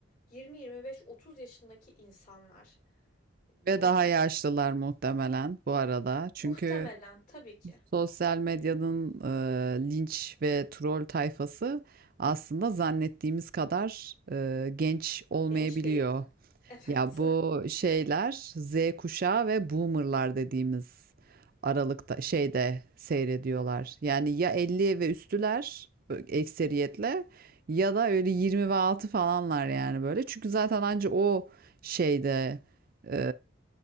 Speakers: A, on the left; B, on the right.
A: 20, 25, 30 yaşındaki insanlar.
B: Ve
A: E,
B: daha yaşlılar muhtemelen bu arada. Çünkü
A: muhtemelen tabii ki.
B: Sosyal medyanın e, linç ve troll tayfası aslında zannettiğimiz kadar e, genç olmayabiliyor.
A: Genç değil. <laughs> Evet.
B: Ya bu şeyler Z kuşağı ve boomerlar dediğimiz aralıkta şeyde seyrediyorlar. Yani ya 50 ve üstüler ö- ekseriyetle ya da öyle 20 ve altı falanlar yani böyle. Çünkü zaten anca o şeyde e,